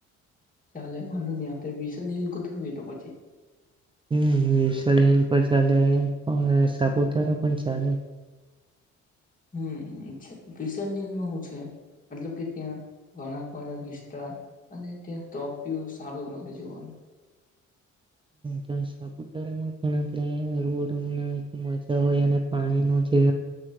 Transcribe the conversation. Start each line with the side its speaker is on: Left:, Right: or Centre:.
Left: ચાલે વાંધો નહીં આપ્યારે વિલ્સન હિલ ગોઠવવીએ તો પછી
Right: હમ્મ વિલ્સન હિલ પણ ચાલે સાપુતારા પણ ચાલે.
Left: હમ પીસન લમાં શું છે મતલબ કે ત્યાં વળક વાળા અને ત્યાં તોફ સારું મગે જીવાનું
Right: હ સાપુતારામાં પણો મજા હોય અને પાણી ન જે